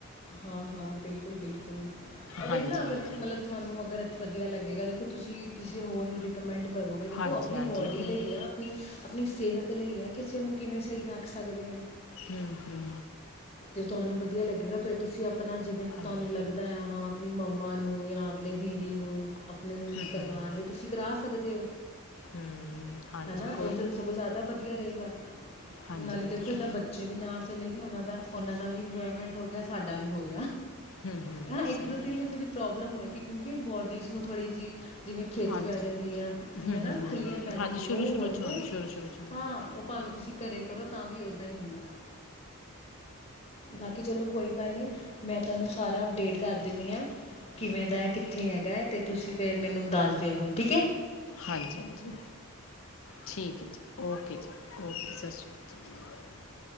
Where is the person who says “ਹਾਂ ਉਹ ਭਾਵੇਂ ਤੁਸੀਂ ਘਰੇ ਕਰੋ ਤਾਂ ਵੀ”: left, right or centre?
Left